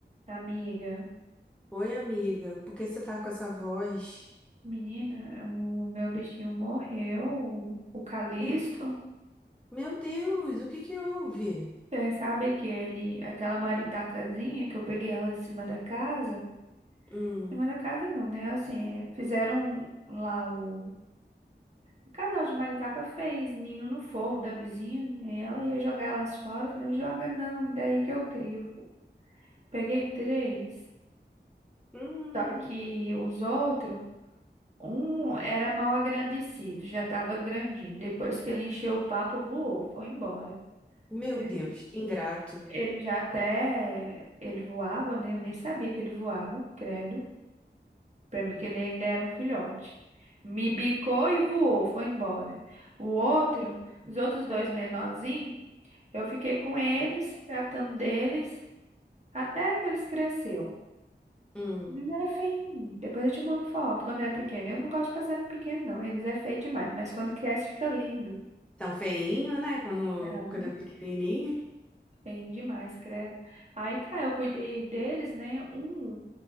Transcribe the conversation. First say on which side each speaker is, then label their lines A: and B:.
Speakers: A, on the right (about 40°); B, in the centre.
A: Amiga,
B: Oi, amiga, por que você tá com essa voz?
A: menina, o meu bichinho morreu, o o Calisto.
B: Meu, meu Deus, o que que houve?
A: Você sabe que ele, aquela maritacazinha que eu peguei ela de cima da casa,
B: Hum,
A: de cima da casa não, né? Assim, é, fizeram lá o, o casal de maritaca fez ninho no forro da vizinha, e aí ela ia jogar elas fora, eu falei, não joga não, daí que eu crio. Peguei três,
B: hum,
A: só que os outros Um era mal agradecido, já estava grandinho. Depois que ele encheu o papo, voou, foi embora.
B: meu
A: Ele,
B: Deus, que ingrato.
A: ele já até. Ele voava, né? Eu nem sabia que ele voava, credo. Pra mim, que ele ainda era um filhote. Me bicou e voou, foi embora. O outro, os outros dois menorzinhos, eu fiquei com eles, tratando deles, até que eles cresceram.
B: Hum,
A: Mas era feio. Depois eu te mando foto quando era pequeno. Eu não gosto de passarinho pequeno, não. Eles é feio demais. Mas quando cresce, fica lindo.
B: tão feinho, né? Quando,
A: Não,
B: quando é pequenininho.
A: bem demais, credo. Aí tá, eu cuidei deles, né? Um,